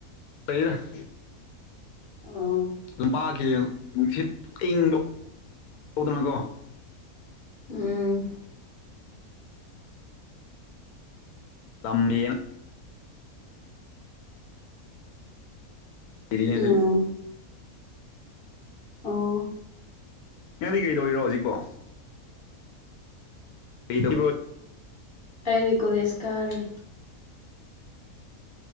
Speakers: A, on the left (about 85°); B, on the left (about 40°).
A: <unintelligible>
B: ꯑꯣ
A: ꯂꯄꯥꯛꯀꯤ ꯅꯨꯡꯁꯤꯠ ꯑꯏꯪꯕ <unintelligible> ꯀꯣ
B: ꯎꯝ
A: ꯇꯝꯃꯦ <unintelligible>
B: ꯎꯝ ꯑꯣ
A: ꯅꯪꯗꯤ ꯀꯩꯗꯧꯔꯤꯔꯣ ꯍꯧꯖꯤꯛꯄꯣ <unintelligible>
B: ꯑꯩꯗꯤ ꯀꯣꯂꯦꯖ ꯀꯥꯔꯤ